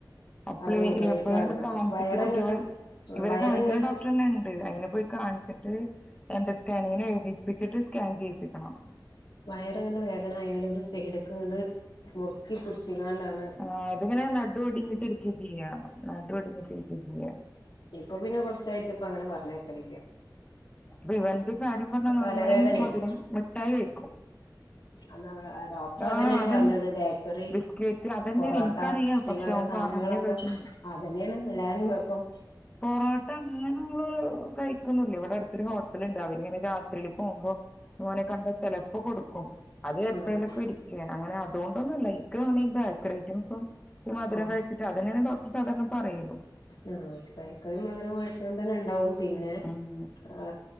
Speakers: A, on the left; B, on the left.
A: അപ്പള്
B: അതോ മുകളിൽക്കാണെന്ന്
A: എപ്പഴാണ് കാണിച്ചിട്ട്
B: വയറങ്ങണ്ട്
A: കുട്ടികളെ ഇവരെ
B: വയറിങ്ങണ്ട്
A: കാണിക്കുന്ന ഡോക്ടറന്നെ ഉണ്ട് അയിനെ പോയി കാണിച്ചിട്ട് എന്താ സ്കാനിങ്ങിനു എഴുതിപ്പിച്ചിട്ട്, സ്കാൻ ചെയ്യിപ്പിക്കണം.
B: വയറുങ്ങട് വേദന ആയാലും ഒരു സൈട്ക്കു ഇങ്ങട് മുറുക്കി പിടിച്ചിണ്ടാണ്.
A: ആ ഇതിങ്ങനെ നടു ഒടിഞ്ഞിട്ട് ഇരിക്ക ചെയ്യാ നടു ഒടിഞ്ഞിട്ടിരിക്കേ ചെയ്യാ
B: ഇപ്പൊ പിന്നെ കുറച്ചായിട്ട് ഇപ്പ അങ്ങനെ പറഞ്ഞ് കേക്കലില്ല
A: അപ്പ ഇവന്റെ കാര്യം പറഞ്ഞ നന്നായി
B: തലവേദനേണ്
A: മധുരം മിട്ടായി കഴിക്കും
B: അത് ഡോക്ടർ
A: ആ
B: അതന്നെയാണ്
A: അതന്നെ
B: പറഞ്ഞത് ബേക്കറി
A: ബിസ്ക്കറ്റ് അതന്നെയാണ്
B: പൊറോ റോട്ട
A: എനിക്കറിയാം പക്ഷെ
B: ഈവക
A: അവൻ
B: സാധനങ്ങളൊക്കെ
A: പറഞ്ഞ കേൾക്കുന്നുണ്ട്
B: അതന്നെയാണ് എല്ലാരും കുഴപ്പം
A: പൊറോട്ട അങ്ങനെ മ്മള് കഴ ഴിക്കൊന്നുല്ല ഇവിടെ അടുത്തൊരു ഹോട്ടൽ ഉണ്ട് അവരിങ്ങനെ രാത്രിയിൽ പോകുമ്പോം ഇങ്ങോനെ കണ്ട ചെലപ്പോ കൊടുക്കും അത് എപ്പോഴെലൊക്കെ
B: ആഹ്
A: ഒരിക്കെ അങ്ങനെ അതുകൊണ്ടൊന്നുല്ല എനിക്ക് തോന്നി ബേക്കറി ഐറ്റംസും മധുരം
B: ആഹ്
A: കഴിച്ചിട്ട് അത് തന്നെ ഡോക്ടർ സാധാരണ പറയലും
B: ഉം ബേക്കറി മധുരം കഴിച്ചാ തന്നെ ഉണ്ടാവും പിന്നെ
A: ഉം.
B: ആ